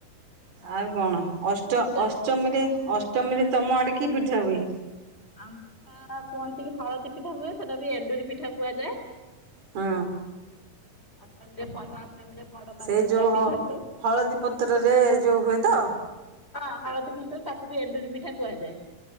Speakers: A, on the right; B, on the left.
A: ଆଉ
B: କିଛି
A: କଣ
B: କ
A: ଅଷ୍ଟ
B: ପିଠା
A: ଅଷ୍ଟମୀରେ ଅଷ୍ଟମୀରେ ତମ ଆଡ଼େ କି ପିଠା ହୁଏ?
B: ଆମ୍ <inaudible> ପିଠା କୁହନ୍ତି ହଳଦୀ ପିଠା ହୁଏ ସେଟା ବି ଏଣ୍ଡୁରି ପିଠା କୁହାଯାଏ।
A: ହଁ
B: ଅଷ୍ଟମୀରେ ପରୁଆଁ ଅଷ୍ଟମୀରେ ବଡ ମାନେ
A: ସେ
B: ନୂଆ
A: ଯୋଉ
B: ପିନ୍ଧନ୍ତି
A: ହ ହଳଦୀ ପତ୍ର ରେ ଯଉ ହୁଏ ତ?
B: ହଁ ହଳଦୀ ପତର ତାକୁ ବି ଏଣ୍ଡୁରି ପିଠା କୁହାଯାଏ।